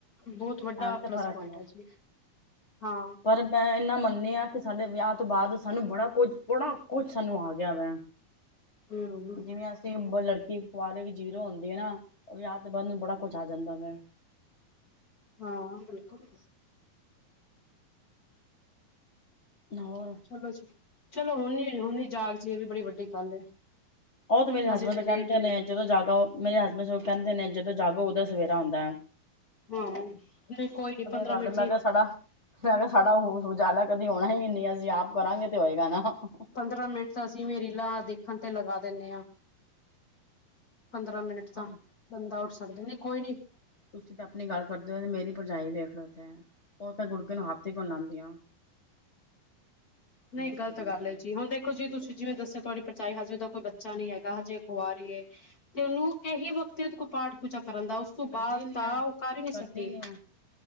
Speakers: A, on the left; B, on the left.
A: ਬਹੁਤ ਵੱਡਾ
B: ਆਵੀ ਤੇ
A: ਪਲੱਸ
B: ਫ਼ਰਕ
A: ਪੁਆਇੰਟ
B: ਨਾ
A: ਹੈ ਜੀ ਹਾਂ
B: ਪਰ ਮੈਂ ਇਨਾ ਮਨ ਗਲ ਏ ਆ ਕੇ, ਸਾਡੇ ਵਿਆਹ ਤੋਂ ਬਾਅਦ ਸਾਨੂੰ ਬੜਾ ਕੁਝ ਬੜਾ ਕੁੱਛ ਸਾਨੂੰ ਆ ਗਿਆ ਵਾ,
A: ਹਮ
B: ਜਿਵੇਂ ਅਸੀਂ ਲੜਕੇ ਕੁਵਰੇ ਜੀਰੋ ਹੁੰਦੇ ਹੈ ਨਾ ਵਿਆਹ ਤੋ ਬਾਦ ਬੜਾ ਕੁਛ ਆ ਜਾਂਦਾ ਵ।
A: ਹਾਂ ਬਿਲਕੁਲ।
B: ਹੋਰ
A: ਚਲੋ ਜੀ ਚਲੋ ਹੁਣ-ਹੁਣ ਜਾਗ ਜੀ ਇਹ ਵੀ ਬੜੀ ਵੱਡੀ ਗੱਲ ਹੈ
B: ਉਹ ਤੇ ਮੇਰੇ ਹਸਬੈਂਡ
A: ਹਜੇ ਵੀ
B: ਕਹਿੰਦੇ
A: ਲੇਟ ਨੀ
B: ਨੇ, ਜਦੋਂ ਜਾਗੋ ਮੇਰੇ ਹਸਬੈਂਡ ਕਹਿੰਦੇ ਨੇ, ਜਦੋਂ ਜਾਗੋ ਉਦੋਂ ਸਵੇਰਰਾ ਹੋਂਦਾ
A: ਆਹੋ ਨਹੀਂ ਕੋਈ ਨੀ ਪੰਦਰਾਂ
B: ਗੱਲ
A: ਮਿੰਟ
B: ਮੈਂ
A: ਜੀ
B: ਕਿਹਾ ਸਾਡਾ ਮੈਂ ਕਿਹਾ ਸਾਡਾ ਉਜਾਲਾ ਕਦੇ ਹੋਣਾ ਹੀ ਨਹੀਂ ਇੰਡੀਆ ਚ ਆਪ ਕਰਾਂਗੇ ਤੇ ਹੋਏਗਾ ਨਾ, ਹਾ
A: ਪੰਦਰਾਂ ਮਿੰਟ ਤਾਂ ਅਸੀਂ ਵੀ ਰੀਲਾਂ ਦੇਖਣ ਤੇ ਲਗਾ ਦਿੰਦੇ ਹਾਂ ਪੰਦਰਾਂ ਮਿੰਟ ਤਾਂ
B: ਹਾਂ
A: ਬੰਦਾ ਉੱਠ ਸਕਦਾ ਨਹੀਂ ਕੋਈ ਨਹੀਂ
B: ਤੁਸੀਂ ਤੇ ਆਪਣੀ ਗੱਲ ਕਰਦੇ ਹੋ, ਮੇਰੀ ਭਰਜਾਈ ਵੇਖ ਲਓ ਤੇ, ਉਹ ਤੇ ਗੁੜਕੇ ਨੂੰ ਹੱਥ ਹੀ ਨੀ ਲਾਉਂਦੀਂਆ
A: ਨਹੀਂ
B: ਥੱਕ
A: ਗਲਤ
B: ਜਾਂਦਾ
A: ਗੱਲ
B: ਵਾ
A: ਐ, ਜੀਂਵੇ ਦੇਖੋ ਜੀ ਤੁਸੀਂ ਜਿਵੇਂ ਦੱਸਿਆ ਤੁਹਾਡੀ ਪਰਜਾਈ ਹਜੇ ਉਹਦਾ ਕੋਈ ਬੱਚਾ ਨੀ ਹੈਗਾ ਹਜੇ ਔ ਕੁਵਾਰੀ ਏ ਤੇ ਉਹਨੂੰ ਇਹੀ ਵਕਤ ਏ ਪਾਠ ਪੂਜਾ ਕਰਨ ਦਾ ਉਸ ਤੋਂ
B: ਕਰਦੀ
A: ਬਾਦ
B: ਨੀ
A: ਤਾਂ
B: ਆ
A: ਉਹ ਕਰ ਹੀ ਨਹੀਂ
B: ਕਰਦੀ
A: ਸਕਦੀ
B: ਨੀ ਆ